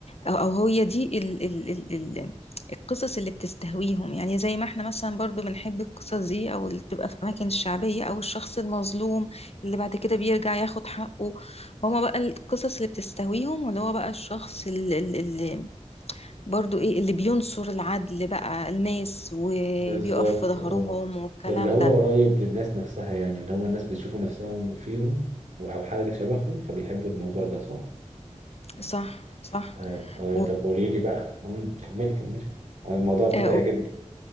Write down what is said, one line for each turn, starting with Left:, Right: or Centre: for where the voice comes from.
Left: او أو هي دي ال ال ال ال القصص اللي بتستهويهم يعني زي ما احنا مثلا برضو بنحب القصص دي او اللي بتبقى في اماكن الشعبية او الشخص المظلوم اللي بعد كده بيرجع ياخد حقه هما بقى القصص اللي بتستهويهم واللي هو بقى الشخص اللي, برضو ايه اللي بينصر العدل بقى الناس وبيقف
Right: بالظبط
Left: في ظهرهم
Right: اه
Left: والكلام
Right: اللي هو
Left: ده
Right: قريب للناس نفسها يعني اللي هم الناس بتشوفوا نفسهم فيهم و- أو حاجة شبههم فبيحبوا الموضوع ده صح؟
Left: صح صح
Right: آه. آه.
Left: و...
Right: طب قولي لي بقى مم. كملي كملي آه، الموضوع ابتدى
Left: آه،
Right: يعجبني
Left: و...